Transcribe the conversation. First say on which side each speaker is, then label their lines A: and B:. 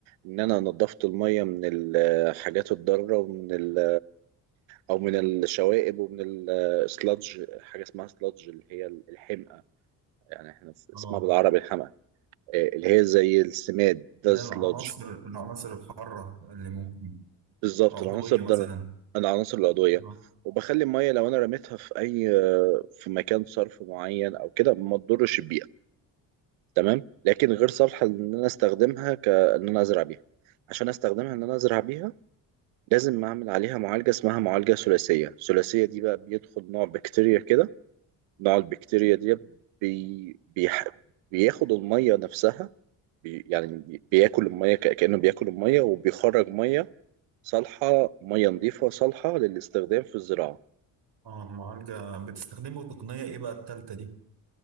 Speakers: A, on the right; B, on the right.
A: ان انا نظفت الميه من الحاجات الضاره ومن ال او من الشوائب ومن السلادج حاجه اسمها سلادج اللي هي الحمأة يعني احنا اسمها
B: اه
A: بالعربي الحمأة آه، اللي هي زي السماد ده
B: ده
A: السلادج
B: العناصر العناصر الحارة اللي ممكن
A: بالظبط
B: عضوية
A: العناصر ده
B: مثلا
A: العناصر العضوية
B: اه
A: وبخلي المية لو أنا رميتها في أي في مكان صرف معين أو كده ما تضرش البيئة تمام لكن غير صالحة إن أنا أستخدمها كإن أنا أزرع بيها عشان أستخدمها إن أنا أزرع بيها لازم أعمل عليها معالجة اسمها معالجة ثلاثية الثلاثية دي بقى بيدخل نوع بكتيريا كده نوع البكتيريا دي بي... بيح... بياخد المية نفسها بي... يعني بي... بياكل المية ك... كأنه بياكل المية وبيخرج مية صالحة مية نظيفة صالحة للاستخدام في الزراعة
B: آه، معالجة بتستخدموا تقنية إيه بقى التالتة دي؟